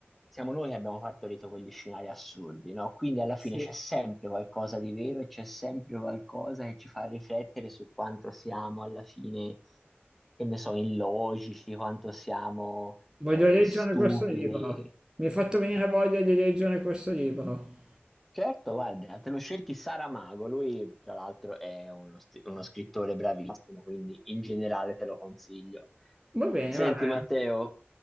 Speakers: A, in the centre; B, on the right.
A: siamo noi che abbiamo partorito quegli scenari assurdi, no? Quindi alla
B: Eh
A: fine
B: sì.
A: c'è sempre qualcosa di vero e c'è sempre qualcosa che ci fa riflettere su quanto siamo alla fine, che ne so, illogici, quanto siamo
B: Voglio
A: eh,
B: leggere
A: stupidi.
B: questo libro. Mi hai fatto venire voglia di leggere questo libro.
A: Certo, guarda, te lo cerchi Saramago, lui tra l'altro è uno, sti- uno scrittore bravissimo, quindi in generale te lo consiglio.
B: Va bene,
A: Senti
B: va bene.
A: Matteo,